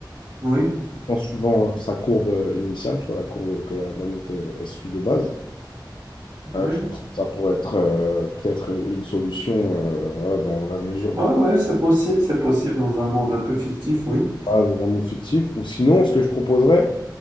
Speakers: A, on the right; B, on the left.
A: Oui,
B: en suivant euh, sa courbe euh, initiale, tu vois, la courbe que la planète euh, elle suit de base. Euh,
A: oui.
B: je pense que ça pourrait être euh, peut-être une solution euh, voilà, dans la mesure de,
A: Ouais, ouais, c'est possible, c'est possible dans un monde un peu fictif, oui.
B: voilà, dans un monde fictif. Ou sinon, ce que je proposerais,